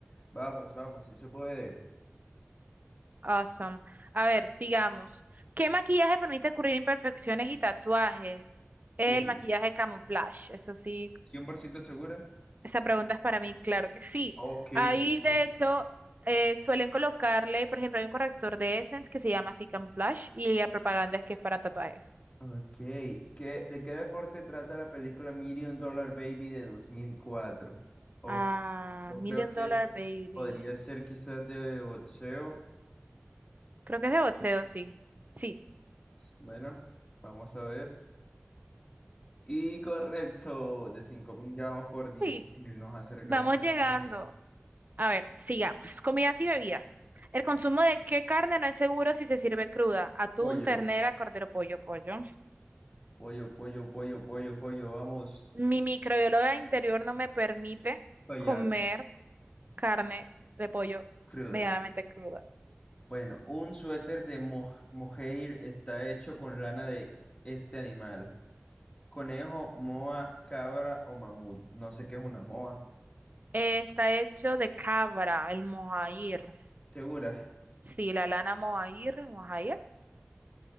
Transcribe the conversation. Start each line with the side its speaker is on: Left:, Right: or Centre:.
Left: Vamos, vamos, si se puede.
Right: Awesome. A ver, sigamos. ¿Qué maquillaje permite cubrir imperfecciones y tatuajes? El
Left: Uy,
Right: maquillaje camuflaje. Eso sí.
Left: cien por ciento segura?
Right: Esa pregunta es para mí, claro que sí.
Left: Ok,
Right: Ahí,
Left: perfecto.
Right: de hecho, eh, suelen colocarle, por ejemplo, hay un corrector de Essence que se llama así Camouflage y la propaganda es que es para tatuajes.
Left: Ok, ¿qué- de qué deporte trata la película Million Dollar Baby de dos mil cuatro Oh,
Right: Ah,
Left: yo
Right: Million
Left: creo que
Right: Dollar Baby.
Left: podría ser quizás de boxeo.
Right: Creo que es de boxeo, sí. Sí,
Left: Bueno, vamos a ver. Y correcto, de 5.000 ya vamos por diez
Right: sí.
Left: mil nos acercamos
Right: Vamos
Left: a
Right: llegando.
Left: la meta.
Right: A ver, sigamos. Comidas y bebidas. El consumo de qué carne no es seguro si se sirve cruda. Atún,
Left: Pollo,
Right: ternera, cordero, pollo, pollo.
Left: pollo, pollo, pollo, pollo, pollo, vamos.
Right: Mi microbióloga interior no me permite
Left: Fallar.
Right: comer. carne de pollo
Left: Cruda.
Right: medianamente cruda.
Left: Bueno, un suéter de mo- mohair está hecho con lana de este animal. Conejo, moa, cabra o mamut. No sé qué es una moa.
Right: Eh, Está hecho de cabra, el mohair.
Left: ¿Segura?
Right: Sí, la lana mohair, mohair.